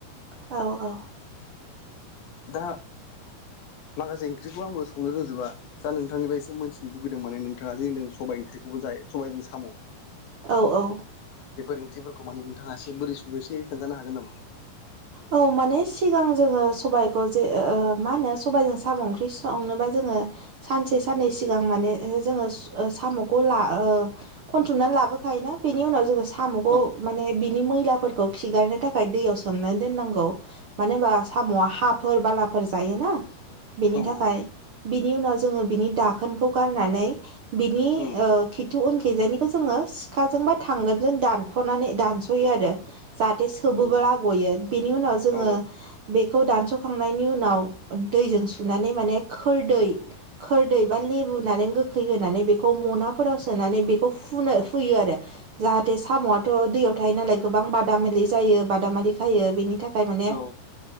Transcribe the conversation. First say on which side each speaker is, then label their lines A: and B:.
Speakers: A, on the right; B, on the left.
A: औ औ।
B: दा माखासे ओंख्रिखौ आंबो संनो रोजोबा दा नोंथांनिफ्राय एसे मिथिनो लुगैदों माने नोंथाङा जि बुंदों सबबाय ओंख्रिखौबो जायो सबबायजों साम'।
A: औ औ।
B: बेफोर ओंख्रिफोरखौ माने नोंथाङा एसे बोरै सङो एसे खोन्थानो हागोन नामा
A: औ माने सिगां जोङो सबाइखौ जे ओ मा होनो सबाइजों साम' ओंख्रि संनोबा जोङो। सानसे साननै सिगां माने जोङो साम'खौ ला ओ। खनथुमनानै लाबोखाय ना बेनि उनाव जोङो साम'खौ
B: औ
A: माने बिनि मैलाफोरखौ खिगारनो थाखाय दैयाव सोमनानै दोननांगौ मानो होनबा साम'आ हाफोर बालाफोर जायोना बेनि
B: औ
A: थाखाय
B: औ
A: बिनि उनाव जोङो बिनि दाखोनखौ गारनानै बिनि
B: उम
A: ओ खिद। थु उनखैजायनिखौ जोङो सिखाजों बा थांगोनजों दानख'नानै दानस'यो आरो। जाहाथे सोबो
B: उम
A: लागयो बेनि उनाव जोङो
B: औ
A: बे। बेखौ दानस'खांनायनि उनाव दैजों सुनानै माने खोरदै खोरदै बा लेबुनानै गोखै होनानै बेखौ मनाफोराव सोनानै बेखौ फुनो फुयो आरो। जाहाथे साम'आथ' दैयाव थायो नालाय गोबां बादामिलि जायो बादामालि खायो बेनि थाखाय। थाखाय माने
B: ओ औ